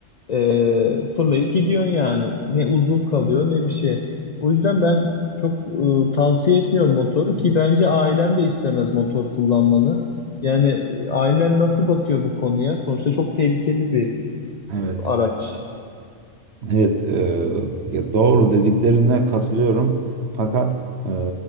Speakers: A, on the left (about 60°); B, on the right (about 65°).
A: ee, fırlayıp gidiyorsun yani. Ne uzuv kalıyor ne bir şey. O yüzden ben çok e, tavsiye etmiyorum motoru ki bence ailen de istemez motor kullanmanı. Yani ailen nasıl bakıyor bu konuya? Sonuçta çok tehlikeli bir
B: evet.
A: araç.
B: Evet, e, ya doğru dediklerine katılıyorum. Fakat e,